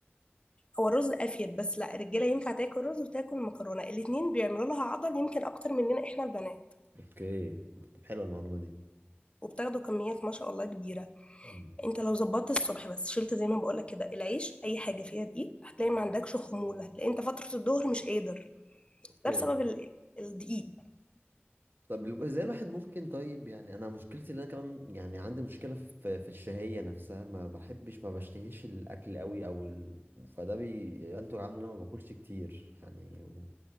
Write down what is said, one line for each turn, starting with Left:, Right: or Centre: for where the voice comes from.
Left: هو الرز افيد بس لا الرجالة ينفع تاكل رز وتاكل مكرونة الاتنين بيعملوا لها عضل يمكن اكتر مننا احنا البنات
Right: اوكي طب حلوه المعلومه
Left: وبتاخدوا كميات ما شاء الله كبيرة
Right: دي
Left: انت لو ظبطت الصبح بس شلت زي ما بقولك كده العيش اي حاجه فيها دقيق هتلاقي ما عندكش خمول هتلاقي انت فتره الظهر مش قادر
Right: اوكي
Left: ده بسبب ال- الدقيق
Right: طب ازاي الواحد ممكن طيب يعني انا مشكلتي ان انا كمان يعني عندي مشكله في في في الشهيه نفسها ما بحبش ما بشتهيش الاكل قوي او ال... فده بينتج عنه ان انا ما باكلش كتير يعني و-